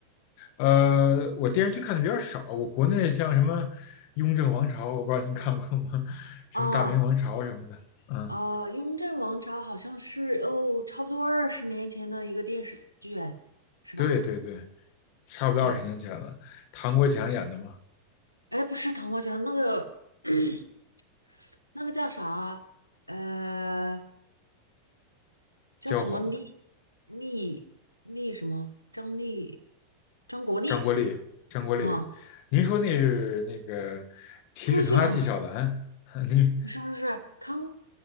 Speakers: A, on the left; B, on the left.
A: 呃，我电视剧看的比较少。我国内像什么《雍正王朝》，我不知道您看过吗？<laughs> 什么《大明王朝》什么的。
B: 啊，
A: 嗯，
B: 啊，雍正王朝》好像是哦，差不多二十年前的一个电视剧，哎，是吧？
A: 对对对，差不多二十年前了。
B: 哦，
A: 唐国强演的嘛，
B: 哎，不是《唐国强》，那个 <clears throat> 那个叫啥？呃，叫什么厉厉厉什么？
A: 焦晃、
B: 张力，张国立
A: 张国立、张国立。
B: 啊，
A: 您说那是那个铁齿铜牙纪晓岚？
B: 康熙王朝》
A: <laughs> 您
B: 不是不是康，